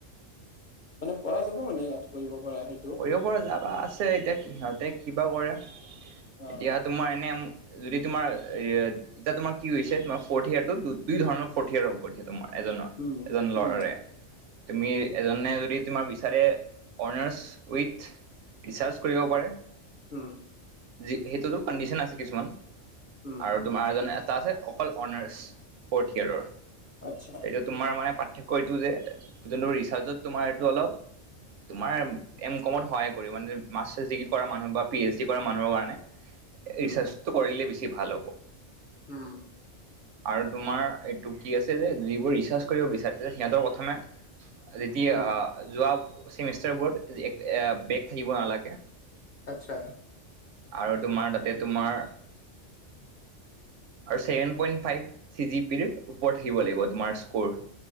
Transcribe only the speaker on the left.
মানে পৰা যাব মানে ইয়াত কৰিব পৰা সেই
অ
উম
উম
উম।
উম
আচ্ছা
উম
উম।
উম,
আচ্ছা